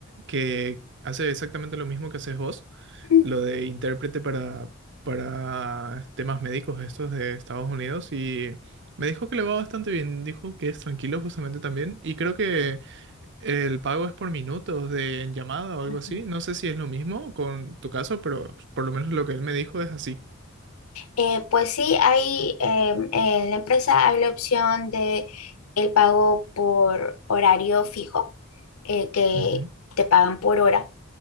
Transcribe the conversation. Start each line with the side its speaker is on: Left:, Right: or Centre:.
Right: que hace exactamente lo mismo que haces vos,
Left: Mm.
Right: lo de intérprete para, para temas médicos estos de Estados Unidos y me dijo que le va bastante bien, dijo que es tranquilo justamente también y creo que el pago es por minutos de en llamada o algo
Left: Ujú.
Right: así, no sé si es lo mismo con tu caso, pero por lo menos lo que él me dijo es así.
Left: Eh, pues sí, hay, em, en la empresa hay la opción de el pago por horario fijo, eh, que
Right: Ujú,
Left: te pagan por hora,